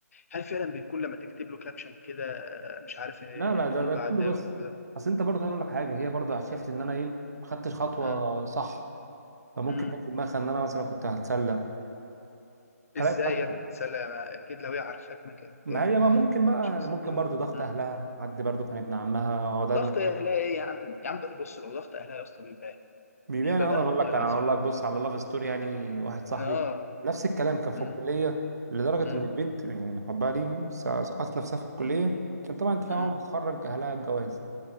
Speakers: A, on the left; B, on the right.
A: هل فعلا بتكون لما تكتب له كابشن كده آه، مش عارف آه،
B: لا
A: الكون
B: لا ده ده
A: بعد
B: كله بس
A: وده
B: اصل انت برضه هقول لك حاجه هي برضه شافت ان انا ايه ما خدتش خطوه
A: مم.
B: صح فممكن
A: مم.
B: جت في دماغها ان انا مثلا كنت هتسلى هلاقي
A: ازاي
B: حد
A: يا ابني تسلم اكيد لو هي عارفاك ما كانت
B: ما هي بقى ممكن بقى
A: مش هحسب
B: ممكن
A: كل
B: برضه
A: ده
B: ضغط
A: مم.
B: اهلها حد برضه كان ابن عمها هو ده
A: ضغط
B: ابن
A: اهلها ايه يا عم يا عم ده- بص لو ضغط اهلها يا اسطى بيبان
B: بيبيع
A: بيبان
B: يعني اقدر اقول
A: والله
B: لك
A: العظيم
B: انا اقول لك بص على لاف ستوري يعني واحد صاحبي
A: اه
B: نفس الكلام كان في
A: مم.
B: الكليه لدرجه
A: مم.
B: ان البنت يعني حبها لي سقطت نفسها في الكليه كان طبعا انت فاهم
A: مم.
B: اول ما تتخرج اهلها الجواز